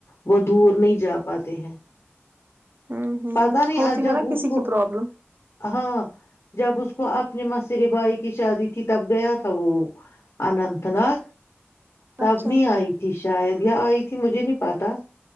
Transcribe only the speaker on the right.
ہوں ہوں
ہوتی
ہے نا کسی
کی پرابلم
اچھا